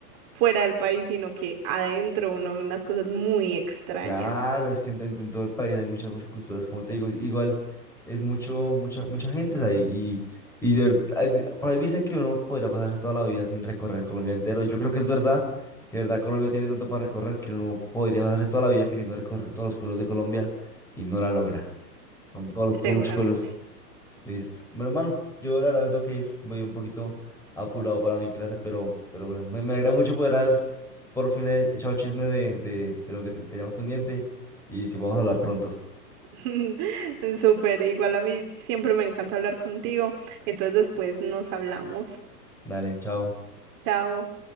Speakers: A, on the right; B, in the centre.
A: fuera del país, sino que adentro uno ve unas cosas muy extrañas.
B: Claro, es que en, en- en todo el país hay muchas, muchas culturas, como te digo, igual es mucho, mucha, mucha gente, o sea, y, y de ver- hay di- por ahí dicen que uno podría pasarse toda la vida sin recorrer Colombia entero. Yo creo que es verdad, que de verdad Colombia tiene tanto para recorrer que uno no podría pasarse toda la vida queriendo recorrer todos los pueblos de Colombia y no la logra. Son, todos- son
A: Seguramente.
B: muchos pueblos Listo. Bueno, hermano, yo la verdad me tengo que ir. Voy un poquito apurado para mi clase, pero, pero bueno, me, me alegra mucho poder haber por fin he- echado chisme de, de, de lo que ten- teníamos pendiente y que podamos hablar pronto.
A: <laughs> Súper, igual a mí siempre me encanta hablar contigo. Entonces después nos hablamos.
B: Dale, chao.
A: Chao.